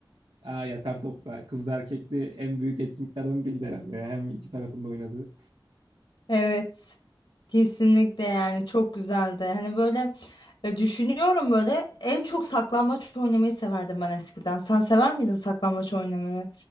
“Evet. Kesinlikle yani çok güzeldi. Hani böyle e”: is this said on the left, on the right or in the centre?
Left